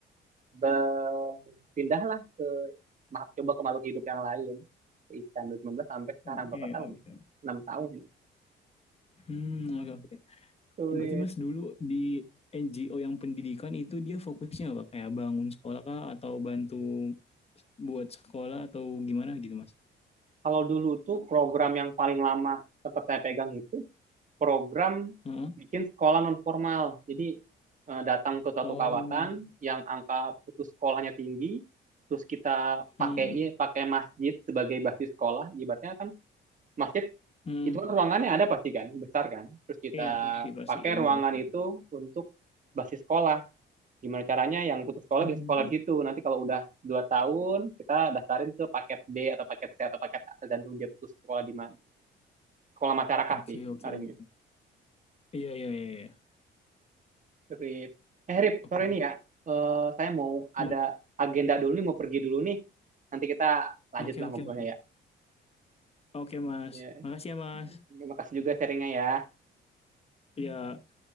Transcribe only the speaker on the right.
berpindahlah ke coba ke makhluk hidup yang lain ke ikan 2019 sampai sekarang
berapa tahun
ya
enam tahun ya
Cuy,
kalau dulu tuh program yang paling lama sempat saya pegang itu program
bikin sekolah non formal. Jadi eh, datang ke suatu
kawasan yang angka putus sekolahnya tinggi, terus kita
pakai pakai masjid sebagai basis sekolah. Ibaratnya kan masjid
itu kan ruangannya ada pasti kan, besar kan. Terus kita
pakai
ruangan
itu
untuk basis sekolah. Gimana caranya yang putus sekolah
bisa sekolah di situ. Nanti kalau udah 2 tahun, kita daftarin ke paket D atau paket C atau paket A, tergantung dia putus sekolah di mana. Sekolah masyarakat
sih,
harinya.
Rip. Eh Rip,
sorry nih ya. Eh, saya mau
ada agenda dulu nih, mau pergi dulu nih. Nanti kita lanjutlah
ngobrolnya
ya.
Ya,
terima kasih juga sharingnya ya.